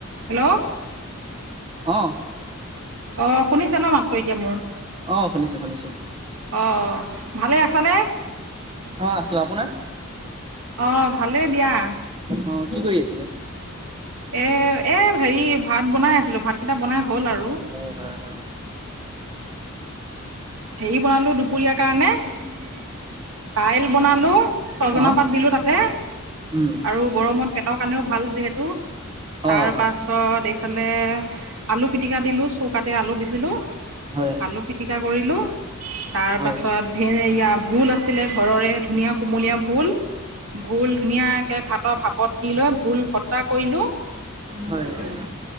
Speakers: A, on the right (about 80°); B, on the right (about 25°).
A: Hello,
B: অহ
A: অহ, শুনিছা ন মাতটো এতিয়া মোৰ।
B: অহ, শুনিছোঁ - শুনিছোঁ।
A: অ ভালে আছ নে?
B: অহ আছোঁ আপোনাৰ?
A: অ ভালে দিয়া।
B: অ', কি কৰি আছিলে।
A: এ এ হেৰি ভাত বনাই আছিলো ভাত কেইটা বনাই। হ'ল আৰু
B: হয় হয় হয় হয়।
A: হেৰি বনালো দুপৰীয়াৰ কাৰণে । দাইল বনালো ছজনা
B: অ',
A: পাত দিলো তাতে
B: উম,
A: আৰু গৰমত। পেটৰ কাৰণেও ভাল যিহেতু
B: অ',
A: তাৰ
B: হয়,
A: পাছত। ইফালে আলু পিটিকা দিলো চৌকাতে আলু দিছিলো
B: হয়, হয়,
A: আলু পিটিকা কৰিলো। তাৰ
B: হয়,
A: পাছত ভোল আছিলে ঘৰৰে ধুনীয়া কোমলীয়া ভোল । ভোল ধুনীয়াকে ভাতৰ ভাপত দি লৈ ভোল ভত্তা কৰিলো ।
B: হয়, হয়,